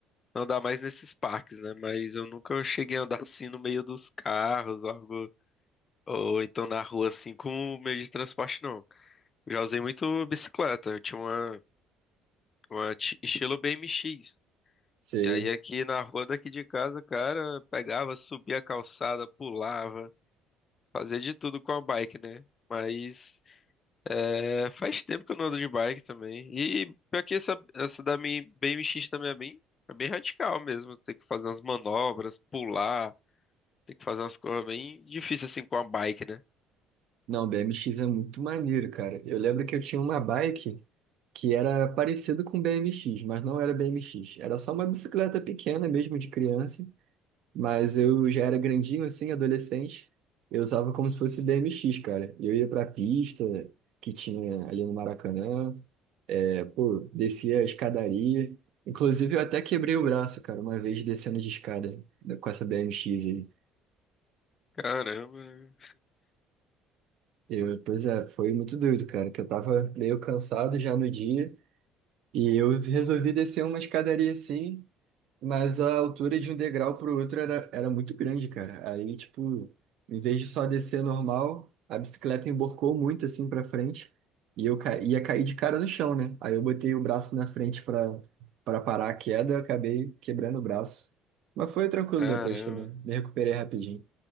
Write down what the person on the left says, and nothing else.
a andar mais nesses parques, né? Mas eu nunca cheguei a andar <laughs> assim no meio dos carros, ou algo, ou então na rua assim, com o meio de transporte, não. Eu Já usei muito bicicleta, eu tinha uma. Um ati- Estilo BMX.
E aí aqui na rua daqui de casa, cara, pegava, subia a calçada, pulava, fazia de tudo com a bike, né? Mas é, faz tempo que eu não ando de bike também. E pior que essa, essa da minha BMX também é bem, é bem radical mesmo. Tem que fazer umas manobras, pular, tem que fazer umas coisas bem difíceis assim com a bike, né?
Caramba,
caramba.